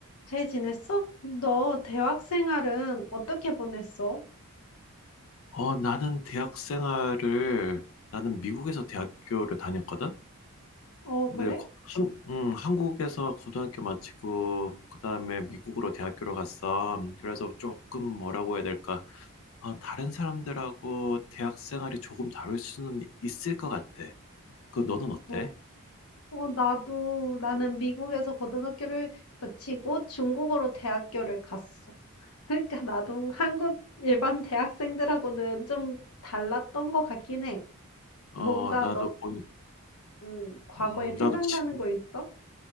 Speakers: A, on the left (about 80°); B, on the left (about 65°).
A: 잘 지냈어? 너 대학 생활은 어떻게 보냈어?
B: 어, 나는 대학 생활을, 나는 미국에서 대학교를 다녔거든?
A: 어,
B: 근데,
A: 그래?
B: 거- 한, 음, 한국에서 고등학교 마치고, 그 다음에 미국으로 대학교를 갔어. 그래서 조금 뭐라고 해야 될까. 어, 다른 사람들하고 대학 생활이 조금 다를 수는 있을 것 같아. 그, 너는 어때?
A: 어, 어, 나도, 나는 미국에서 고등학교를 마치고 중국으로 대학교를 갔어. 그러니까 나도 한국 일반 대학생들하고는 좀 달랐던 것 같긴 해.
B: 어,
A: 뭔가
B: 나도
A: 너는,
B: 보니,
A: 음, 과거에
B: 음,
A: 생각나는
B: 나도 친,
A: 거 있어?